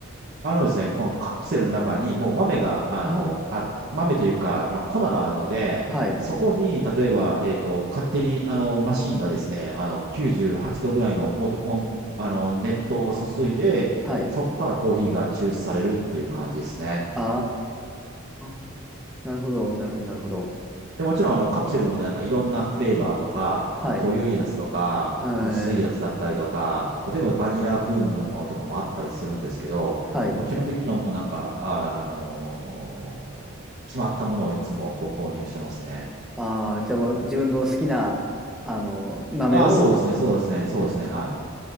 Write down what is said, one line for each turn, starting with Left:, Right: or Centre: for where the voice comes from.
Right: あのですね、このカプセルの中にもう豆が、あの、
Centre: ああ、
Right: あ、豆というか、あの、粉があるので、
Centre: はい。
Right: そこに、例えば、えっと、勝手に、あの、マシンがですね、あの、98度ぐらいの温温あの、熱湯を注いで、
Centre: はい。
Right: そこからコーヒーが抽出されるっていう感じですね。
Centre: ああ、なるほど、なるほど、なるほど。
Right: で、もちろんあのカプセルもなんかいろんなフレーバーとか、
Centre: はい。
Right: 濃いやつとか、
Centre: えー、
Right: 薄いやつだったりとか、例えばバニラ風味のものとかもあったりするんですけど、
Centre: はい。
Right: もう基本的にはもうなんか、あ、あのー決まったものをいつもこう購入してますね。
Centre: ああ、じゃあもう自分の好きな、あの、豆を、
Right: ああ、そうですね、そうですね、そうですね、はい。